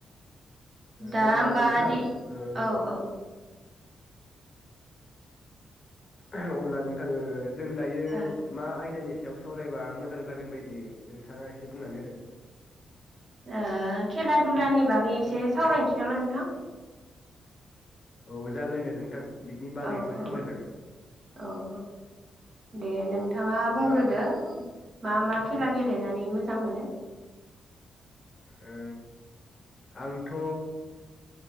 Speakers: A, on the right (about 45°); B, on the left (about 40°).
A: दा
B: ओ अब्ला
A: होमबादि
B: नोंथां ओ
A: औ औ
B: अब्ला नोंथा ओ जों दायो
A: ओ
B: मा आयदानि सायाव साव फरायबा मोजां जागोन बायदि नोंथाङा एसे बुंनानै होदो
A: ओ खेला दुलानि बागै एसे सावरायनोसै नामा नोंथां
B: औ जागोन दे नोंथां बिनि बागैबो
A: औ औ
B: सावरायजागोन
A: औ औ दे नोंथाङा
B: अब्ला
A: बुंग्रोदो मा मा खेला गेलेनानै मोजां मोनो
B: ओ आंथ'